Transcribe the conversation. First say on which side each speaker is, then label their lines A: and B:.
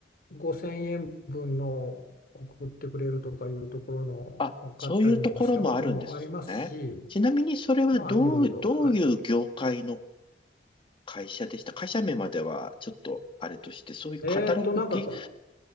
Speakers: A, on the left; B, on the left.
A: 5000円分の送ってくれるとかいうところのを買ったりもしたこともありますし
B: あ、そういうところもあるんですね。ちなみにそれはどう、
A: まあいろいろはい。
B: どういう業界の会社でした会社名まではちょっとあれとして、そういうカタログギ、
A: えーっと、なんかこ